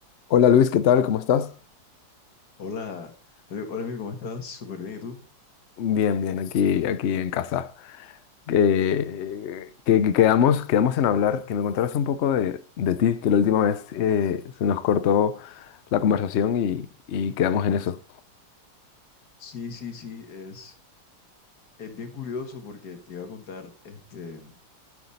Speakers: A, on the left; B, on the left.
A: Hola Luis, ¿qué tal? ¿Cómo estás?
B: Hola, hola hola, Emil, ¿cómo estás? Súper bien, ¿y tú?
A: Bien, bien, aquí, aquí en casa. Que, que- que quedamos, quedamos en hablar, que me contaras un poco de, de ti, que la última vez eh, se nos cortó la conversación y, y quedamos en eso.
B: Sí, sí, sí, es, es bien curioso porque te iba a contar este,